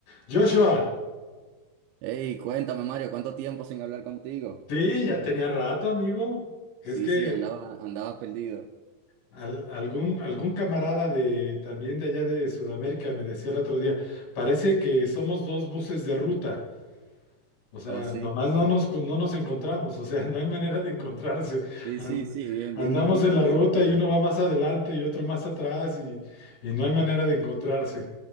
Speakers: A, on the left; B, on the right.
A: Joshua,
B: Hey, cuéntame, Mario, ¿cuánto tiempo sin hablar contigo?
A: sí, ya tenía rato, amigo. Es
B: Sí,
A: que
B: sí, andaba, andaba perdido.
A: al- algún, algún camarada de también de allá de Sudamérica me decía el otro día, parece que somos dos buses de ruta. O sea,
B: Oh, sí,
A: nomás no nos, co- no nos encontramos, o sea, <laughs> no hay manera de encontrarse.
B: sí,
A: An-
B: sí, sí, bien,
A: Andamos
B: bien difícil,
A: en la ruta
B: pero bueno,
A: y uno va más adelante y otro más atrás y, y no hay manera de encontrarse.